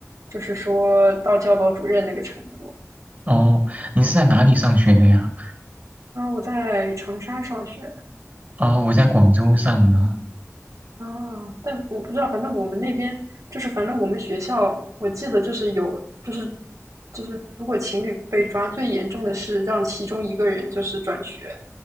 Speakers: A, on the right; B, on the right.
A: 就是说到教导主任那个程度。
B: 哦，你是在哪里上学的呀？
A: 然后我在长沙上学
B: 哦，我在广州上的
A: 啊，但我不知道，反正我们那边就是反正我们学校，我记得就是有就是就是如果情侣被抓，最严重的是让其中一个人就是转学。